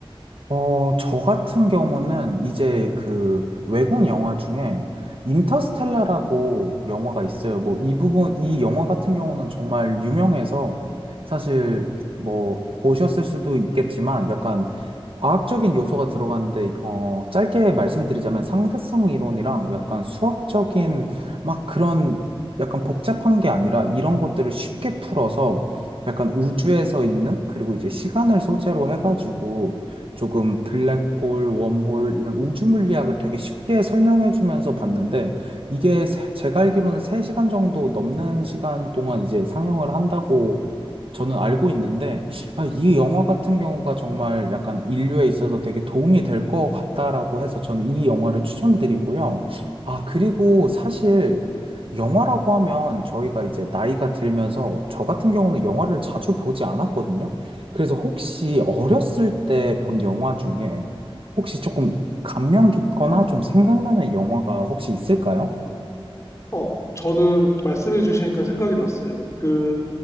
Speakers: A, on the right (about 70°); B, on the left (about 30°).
A: 어, 저 같은 경우는 이제 그 외국 영화 중에 인터스텔라라고 영화가 있어요. 뭐 이 부분, 이 영화 같은 경우는 정말 유명해서 사실 뭐 보셨을 수도 있겠지만 약간 과학적인 요소가 들어가는데, 어, 짧게 말씀드리자면 상대성 이론이랑 약간 수학적인 막 그런 약간 복잡한 게 아니라 이런 것들을 쉽게 풀어서 약간 우주에서 있는 그리고 이제 시간을 소재로 해가지고 조금 블랙홀, 웜홀 이런 우주 물리학을 되게 쉽게 설명해 주면서 봤는데 이게 세- 제가 알기로는 3시간 정도 넘는 시간 동안 이제 상영을 한다고 저는 알고 있는데, 아, 이 영화 같은 경우가 정말 약간 인류에 있어서 되게 도움이 될 것 같다라고 해서 저는 이 영화를 추천드리고요. 아, 그리고 사실 영화라고 하면 저희가 이제 나이가 들면서 저 같은 경우는 영화를 자주 보지 않았거든요. 그래서 혹시 어렸을 때 본 영화 중에 혹시 조금 감명 깊거나 좀 생각나는 영화가 혹시 있을까요?
B: 어, 저는 말씀해 주시니까 생각이 났어요. 그